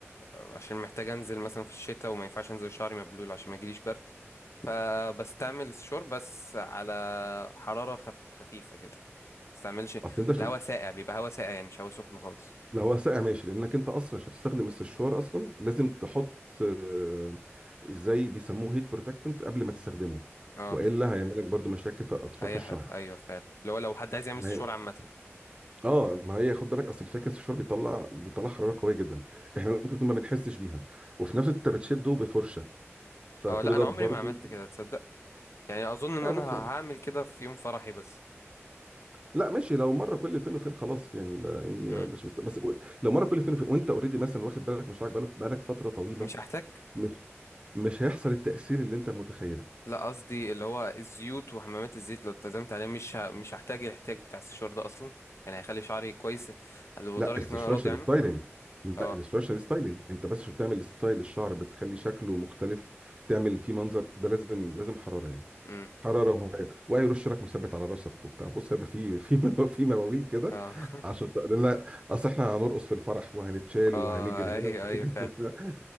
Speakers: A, on the left; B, on the right.
A: عشان محتاج انزل مثلا في الشتاء وما ينفعش انزل شعري مبلول عشان ما يجيليش برد فبستعمل الشور بس على حرارة خف... خفيفة كده بستعملش
B: اصل انت عشان
A: الهواء ساقع بيبقى هواء ساقع يعني مش هواء سخن خالص
B: لو هو ساقع ماشي لانك انت اصلا عشان تستخدم السشوار اصلا لازم تحط آه، زي بيسموه هيت بروتكتنت قبل ما تستخدمه
A: اه
B: والا هيعمل لك برضو مشاكل في اطراف
A: هيحرق
B: الشعر
A: ايوه فعلا اللي هو لو حد عايز يعمل
B: ما
A: سشوار
B: هي
A: عامة
B: اه ما هي خد بالك اصل الفكره السشوار بيطلع بيطلع حراره قويه جدا احنا ممكن يكون ما بنحسش بيها وفي
A: مم.
B: نفس الوقت انت بتشده بفرشه فكل
A: اه لا
B: ده
A: انا
B: برضو
A: عمري ما عملت كده تصدق يعني اظن ان
B: اه
A: انا
B: بص
A: هعمل كده في يوم فرحي بس
B: لا ماشي لو مره كل فين وفين خلاص يعني ما يعني
A: مم.
B: مش مست... بس قول- لو مره كل فين وفين وانت اوريدي مثلا واخد بالك من شعرك بقاله بقالك فتره طويله
A: مش هحتاج
B: مش مش هيحصل التاثير اللي انت متخيله
A: لا قصدي اللي هو الزيوت وحمامات الزيت لو التزمت عليه مش ه... مش هحتاج الاحتياج بتاع السشوار ده اصلا يعني هيخلي شعري كويس لدرجة
B: لا السوشيال
A: ان انا راضي عنه
B: ستايلينج لا
A: اه
B: السوشيال ستايلينج انت بس عشان تعمل ستايل الشعر بتخلي شكله مختلف تعمل فيه منظر ده لازم لازم حراره يعني
A: امم
B: حراره وهي- وهيرش لك مثبت على راسك وبتاع بص هيبقى في في <laughs> مو- في مواويل كده
A: اه
B: عشان
A: <laughs>
B: لا اصل احنا هنرقص في الفرح وهنتشال
A: اه
B: وهنجري هنا
A: ايوه
B: وهنجري
A: ايوه فعلا
B: هنا